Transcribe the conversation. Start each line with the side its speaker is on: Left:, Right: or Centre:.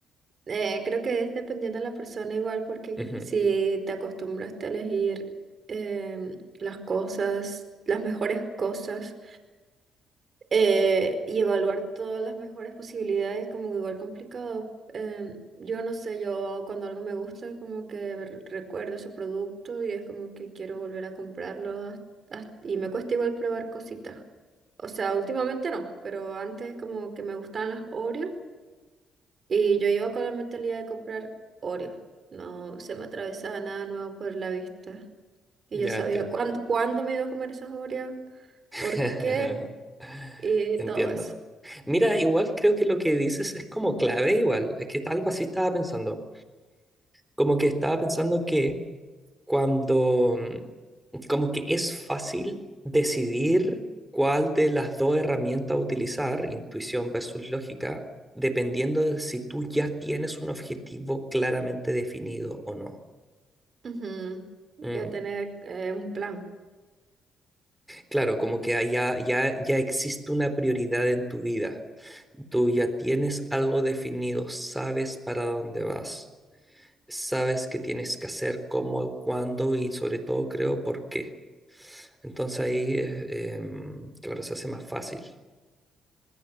Right: Eh, creo que es dependiendo de la persona igual, porque
Centre: Ujú,
Right: si te acostumbras a elegir em, las cosas, las mejores cosas, eh, y evaluar todas las mejores posibilidades, como igual complicado. Em, yo no sé, yo cuando algo me gusta, como que re- recuerdo ese producto y es como que quiero volver a comprarlo has- has- y me cuesta igual probar cositas. O sea, últimamente no, pero antes como que me gustaban las Oreo. Y yo iba con la mentalidad de comprar Oreo. No se me atravesaba nada nuevo por la vista. Y
Centre: Ya
Right: yo sabía
Centre: entiendo.
Right: cuándo, cuándo me iba a comer esas Oreos,
Centre: <laughs>
Right: por qué y
Centre: Entiendo.
Right: todo eso.
Centre: Mira, igual creo que lo que dices es como clave, igual. Es que algo así estaba pensando. Como que estaba pensando que cuando mm, como que es fácil decidir cuál de las dos herramientas utilizar, intuición versus lógica, dependiendo de si tú ya tienes un objetivo claramente definido o no.
Right: Ujú.
Centre: Mm,
Right: Iba tener eh, un plan.
Centre: Claro, como que ahí ya, ya, ya existe una prioridad en tu vida. Tú ya tienes algo definido, sabes para dónde vas, sabes qué tienes que hacer, cómo, cuándo y sobre todo creo por qué. Entonces ahí, es, eh, claro, se hace más fácil.